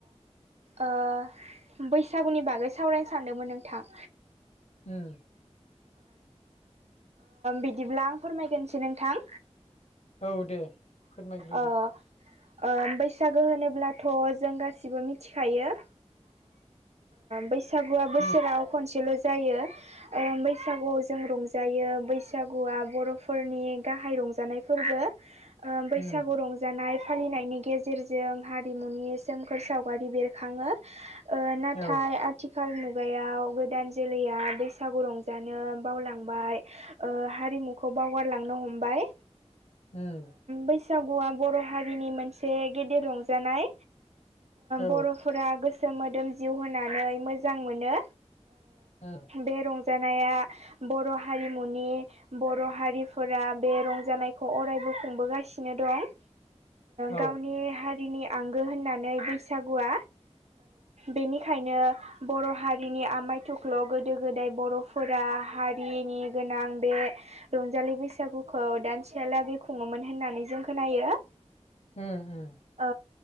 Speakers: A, on the right; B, on the left.
A: अ बैसागुनि बागै सावरायनो सानदोंमोन नोंथां
B: हम
A: बिदिब्ला आं फोरमायगोनसै नोंथां
B: औ दे फोरमायग्रोदो
A: अ बैसागो होनोब्लाथ' जों गासिबो मिथिखायो बैसागुआ बोसोराव
B: उम
A: खनसेल' जायो ओ बैसागुआव जों रंजायो बैसागुआ बर'फोरनि गाहाय रंजानाय फोरबो ओ बैसागु
B: उम
A: रं जानाय फालिनायनि गेजेरजों हारिमुनि सोमखोर सावगारि बेरखाङो। ओ नाथाय
B: औ
A: आ थिखाल मुगायाव गोदान जोलैया बैसागु रंजानो बावलांबाय। ओ हारिमुखौ बावगारलांनो हमबाय।
B: उम
A: बैसागुआ बर' हारिनि मोनसे गेदेर रंजानाय
B: औ
A: बर'फोरा गोसो मोदोम जिउ होनानै मोां मोजां मोनो
B: उम
A: बे रंजानाया बर' हारिमुनि बर' हारिफोरा बे रंजानायखौ अरायबो खुंबोगासिनो दं
B: औ
A: गावनि हारिनि आंगो होननानै बैसागुआ बेनिखायनो बर' हारिनि आमाय थुख्ल' गोदो गोदाय बर'फोरा हारिनि गोनां बे रंजालि बैसागुखौ दानसेयालागै खुङोमोन होननानै जों खोनायो।
B: ओम ओम।
A: ओ